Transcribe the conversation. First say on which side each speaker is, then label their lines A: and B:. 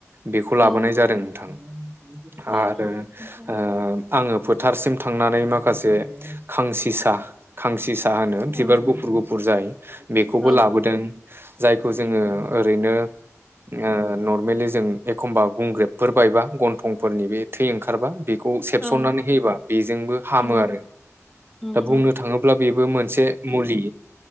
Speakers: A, on the right; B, in the centre.
A: बेखौ लाबोनाय
B: औ
A: जादों नोंथां
B: अ ओमफ्राय
A: आरो आ आङो फोथारसिम थांनानै माखासे खांसिसा खांसि साहा होनो बिबार
B: औ
A: गुफुर गुफुर जाय बेखौबो
B: औ
A: लाबोदों जायखौ
B: उम
A: जोङो ओरैनो ओ नर्मेलि जों एखमबा गुंग्रेबफोर बायबा गन्थंफोरनि बे थै ओंखारबा बे- -खौ सेबसननानै
B: औ
A: होयोबा बेजोंबो हामो
B: औ
A: आरो
B: उम
A: दा बुंनो
B: उम
A: थाङोब्ला बेबो मोनसे मुलि